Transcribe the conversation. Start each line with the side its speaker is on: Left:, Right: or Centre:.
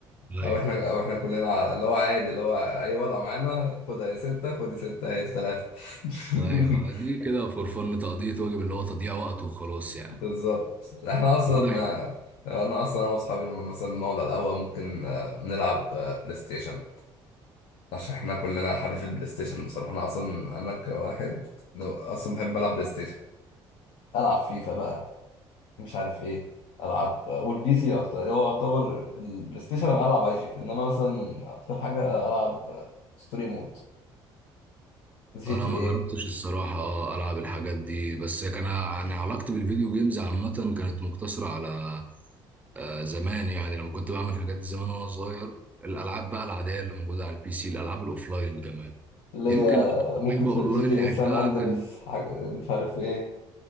Right: ايوه
Left: او احنا او احنا كلنا على- اللي هو عادي اللي هو اي ورقه معانا خدها يا سته خد يا سته هي ثلاثه <laughs>
Right: ايوه دي كده فور فن تقضيه واجب اللي هو تضييع وقت وخلاص يعني
Left: بالظبط احنا اصلا
Right: لا
Left: آه، انا اصلا انا واصحابي لما مثلا بنقعد على القهوه ممكن آه، نلعب آه، بلاي ستيشن عشان احنا كلنا حريف البلاي ستيشن بصراحه انا اصلا انا كواحد لو- اصلا بحب العب بلاي ستيشن العب فيفا بقى مش عارف ايه العب والبي سي اكتر هو يعتبر البلاي ستيشن أنا العب عليه فيفا انما مثلا اكتر حاجه العب آه، ستوري مود جي
Right: انا
Left: تي
Right: ما
Left: ايه
Right: جربتش الصراحه اه العب الحاجات دي بس كان انا علاقتي بالفيديو جيمز عامه كانت مقتصره على آه، زمان يعني لما كنت بعمل الحاجات دي زمان وانا صغير الالعاب بقى العاديه اللي موجوده على البي سي الالعاب الاوفلاين كمان
Left: اللي
Right: يمكن
Left: هي
Right: اكتر
Left: ممكن
Right: لعبه اونلاين
Left: جي تي ايه
Right: لعبتها
Left: سان اندريس
Right: كانت
Left: حاجه مش عارف ايه